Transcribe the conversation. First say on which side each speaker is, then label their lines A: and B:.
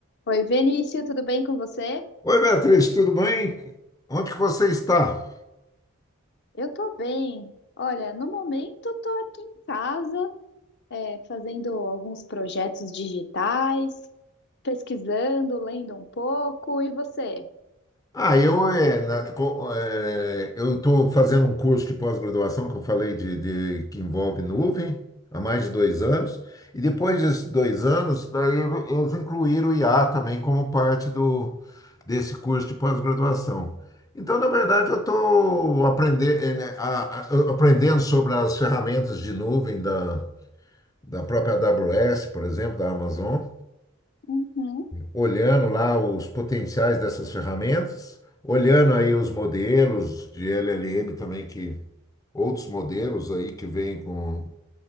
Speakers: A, on the left; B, on the left.
A: Oi, Vinícius, tudo bem com você?
B: Oi, Beatriz, tudo bem? Onde que você está?
A: Eu tô bem. Olha, no momento eu tô aqui em casa, é, fazendo alguns projetos digitais, pesquisando, lendo um pouco. E você?
B: Ah, eu é, na- co- é, eu estou fazendo um curso de pós-graduação que eu falei de, de- que envolve nuvem há mais de dois anos. E depois desses dois anos, daí eu- eles incluíram o IA também como parte do desse curso de pós-graduação. Então, na verdade, eu estou aprendendo sobre as ferramentas de nuvem da, da própria AWS, por exemplo, da Amazon.
A: Uhum,
B: olhando lá os potenciais dessas ferramentas, olhando aí os modelos de LLM também, que outros modelos aí que vêm com,